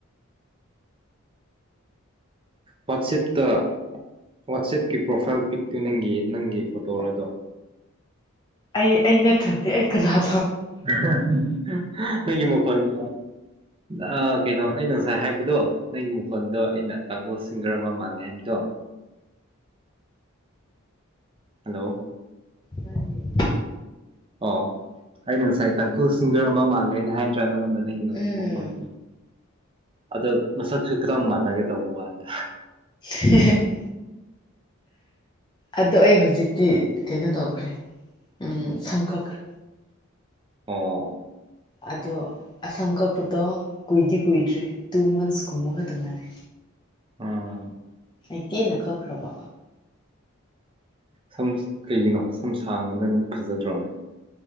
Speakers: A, on the right (about 25°); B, on the left (about 20°).
A: ꯋꯠꯆꯦꯞꯇ ꯋꯠꯆꯦꯞꯀꯤ ꯄ꯭ꯔꯣꯐꯥꯜꯏ ꯄꯤꯛꯇꯨ ꯅꯪꯒꯤ ꯅꯪꯒꯤ ꯐꯣꯇꯣꯔ ꯗꯣ?
B: ꯑꯩ ꯑꯩ ꯅꯠꯇ꯭ꯔꯗꯤ ꯑꯩ ꯀꯅꯥꯥ
A: <unintelligible> ꯅꯪꯒꯤ ꯃꯈꯣꯟ <unintelligible> ꯑꯥ ꯀꯩꯅꯣ ꯑꯩꯅ ꯉꯁꯥꯏ ꯍꯥꯏꯕꯗꯣ ꯅꯪꯒꯤ ꯃꯈꯣꯟꯗꯣ ꯑꯩꯅ ꯇꯥꯡꯈꯨꯜ ꯁꯤꯡꯒꯔ ꯑꯃ ꯃꯥꯜꯂꯦ ꯍꯥꯏꯕꯗꯣ ꯍꯜꯂꯧ?
B: ꯇꯥꯏꯌꯦ
A: ꯑꯣ ꯑꯩꯅ ꯉꯁꯥꯏ ꯇꯥꯡꯈꯨꯜ ꯁꯤꯡꯒꯔ ꯑꯃ ꯃꯥꯜꯂꯦꯅ ꯍꯥꯏꯗ꯭ꯔꯥ ꯅꯪꯉꯣꯟꯗ? ꯅꯪꯒꯤꯅ
B: ꯎꯝ
A: ꯃꯈꯣꯟ ꯑꯗꯣ ꯃꯁꯛꯁꯨ ꯀꯔꯝ ꯃꯥꯟꯅꯒꯦ ꯇꯧꯕ ꯋꯅꯦꯗ꯫
B: <unintelligible> ꯑꯗꯣ ꯑꯩ ꯍꯧꯖꯤꯛꯇꯤ ꯀꯩꯅꯣ ꯇꯧꯈ꯭ꯔꯦ ꯎꯝ ꯁꯝꯈꯛꯈ꯭ꯔꯦ
A: ꯑꯣ
B: ꯑꯗꯣ ꯑꯁꯝ ꯀꯛꯄꯗꯣ ꯀꯨꯏꯗꯤ ꯀꯨꯏꯗ꯭ꯔꯤ ꯇꯨ ꯃꯟꯁ ꯀꯨꯝꯕ ꯈꯛꯇꯪ ꯉꯅꯤ꯫
A: ꯎꯝ
B: ꯑꯩ ꯀꯦꯅ ꯀꯛꯈ꯭ꯔꯕ
A: ꯁꯝ ꯀꯩꯒꯤꯅꯣ ꯁꯝ ꯁꯥꯡꯕꯅ ꯑꯗꯨꯝ ꯐꯖꯗ꯭ꯔꯣꯅꯦ?